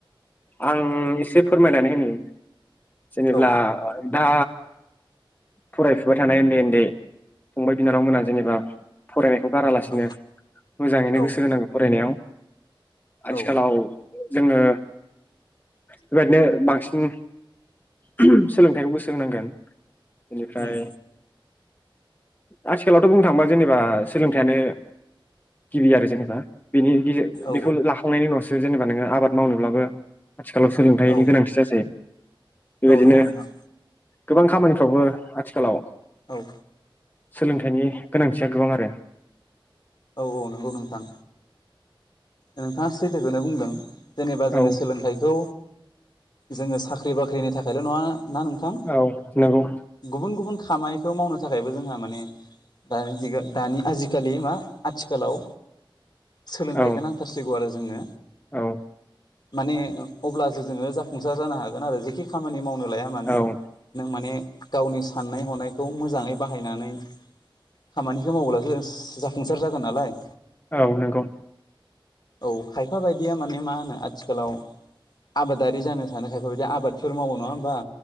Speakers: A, on the left (about 20°); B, on the left (about 50°).
A: आं इसे फोरमायनानै होनि जेनेब्ला
B: औ
A: दा फरायफुबाय थानाय ओन्दै ओन्दै फंबाय बिनानाव मोना जेनेबा फरायनायखौ गारालासिनो
B: औ
A: मोजाङैनो
B: औ
A: गोसो होनांगो फरायनायाव आथिखालाव
B: औ
A: जोङो बेबायदिनो बांसिन ओम सोलोंथाइखौ गोसो होनांगोन बेनिफ्राय
B: उम
A: आथिखालावथ' बुंनो थाङोबा जेनेबा सोलोंथाइयानो गिबि आरो जेनेबा बिनि बे
B: औ
A: बेखौ लाखांनायनि उनावसो जेनेबा नोङो आबाद मावनोब्लाबो आथिखालाव सोलोंथाइनि
B: औ
A: गोनांथि जासै बेबायदिनो
B: औ नंगौ नोंथां।
A: गोबां खामानिफ्रावबो आथिखालाव
B: औ
A: सोलोंथाइनि गोनांथिया गोबां आरो
B: औ औ नंगौ नोंथां। नोंथाङा सैथोखौनो बुंदों जेनेबा जोङो
A: औ
B: सोलोंथाइखौ जोङो साख्रि बाख्रिनि थाखायल' नङा ना नोंथां
A: औ नंगौ
B: गुबुन गुबुन खामानिखौ मावनो थाखायबो जोंहा माने दानि जिगो दानि आजिखालि मा आथिखालाव सोलोंथाइखौ
A: औ
B: नांथारसिगौ आरो जोंनो
A: औ
B: माने अब्ला जो जोङो जाफुंसार जानो हागोन आरो जेखि खामानि मावनो लाया मानो
A: औ
B: नों माने गावनि साननाय हनायखौ मोजाङै बाहायनानै खामानिखौ माव्लासो जाफुंसार जागोन नालाय।
A: औ नंगौ।
B: औ खायफा बायदिया माने मा होनो आथिखालाव आबादारि जानो सानो खायफा बायदिया आबाद फोर मावो नङा होमबा